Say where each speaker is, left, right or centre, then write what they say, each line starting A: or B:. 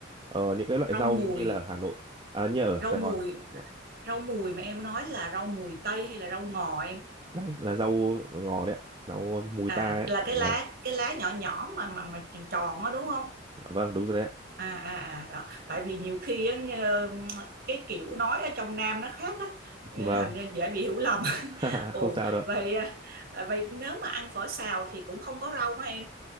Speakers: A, on the right (about 25°); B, on the right (about 50°).
A: Ờ, những cái loại
B: rau
A: rau
B: mùi
A: như là ở Hà Nội à, như ở
B: rau
A: Sài
B: mùi
A: Gòn Vâng.
B: rau mùi mà em nói là rau mùi tây hay là rau ngò em
A: đấy là rau ngò đấy ạ rau mùi
B: à
A: ta ấy ạ.
B: là
A: vâng
B: cái lá cái lá nhỏ nhỏ mà mà mà tròn tròn á đúng không
A: vâng đúng rồi đấy ạ
B: à à à đó. tại vì nhiều khi á, nghe- cái kiểu nói ở trong Nam nó khác á
A: <laughs>
B: ờ,
A: vâng
B: thành ra dễ bị hiểu lầm <laughs>
A: <laughs>
B: ồ
A: không sao đâu ạ.
B: vậy à, à, vậy nếu mà ăn phở xào thì cũng không có rau hả em